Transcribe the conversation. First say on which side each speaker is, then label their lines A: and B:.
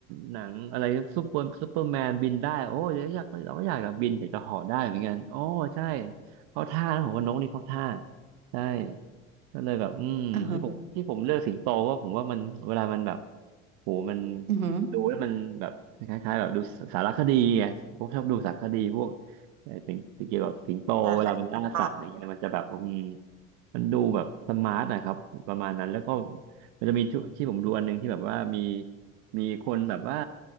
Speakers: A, on the right; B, on the right.
A: หนังอะไรซูเปอร์ซูเปอร์แมนบินได้โอ้เดี๋ยวอยากเราก็อยากจบบินอยากจะเหาะได้เหมือนกันโอ้ใช่เข้าท่านะผมว่านกนี่เข้าท่าใช่ก็เลยแบบอืมที่ผมที่ผมเลือกสิงโตเพราะผมว่ามันเวลามันแบบ
B: อือฮึ
A: โหมัน
B: อือฮึ
A: ดูแล้วมันแบบคล้ายๆแบบดูสารคดีไงผมชอบดูสารคดีพวกเอ่อสิ่งี่งเกี่ยวกับสิงโตเวลามันล่าสัตว์อะไรเงี้ยมันจะแบบอืม
B: คาคาตา
A: มันดูแบบสมาร์ทนะครับประมาณนั้นแล้วก็ มันจะมีชุที่ผมดูอันหนึงที่แบบว่ามีมีคนแบบว่า